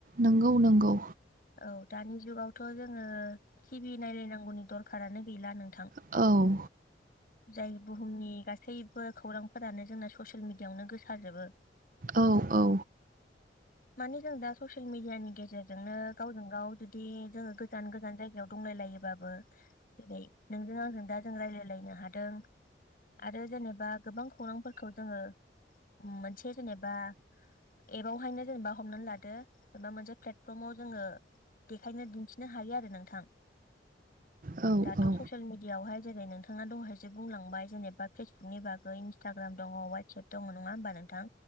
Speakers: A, on the right; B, on the left.
A: नोंगौ नोंगौ
B: औ दानि जुगावथ' जोङो टिभि नायलायनांगौनि दरखारानो गैला नोंथां
A: औ
B: जाय बुहुमनि गासैबो खौरांफोरानो जोंना ससियेल मिडियाआवनो गोसारजोबो <unintelligible>
A: औ औ
B: माने जों दा ससियेल मिडियानि गेजेरजोंनो गावजों गाव जुदि जोङो गोजान गोजान जायगायाव दंलाय लायोबाबो जेरै नोंजों आंजों दा रायलायलायनो हादों आरो जेनेबा गोबां खौरांफोरखौ जोङो मोनसे जेनेबा एबावहायनो जेनेबा हमनानै लादो जेनबा मोनसे प्लेटफर्माव जोङो बेखायनो दिन्थिनो हायो आरो नोंथां
A: औ
B: दाथ'
A: औ
B: ससियेल मिडियाआवहाय जेरै नोंथाङा दहायसो बुंलांबाय जेनेबा फेसबुकनि बागै इन्स्टाग्राम दङ अवाटसाप दङ नङा होमबा नोंथां।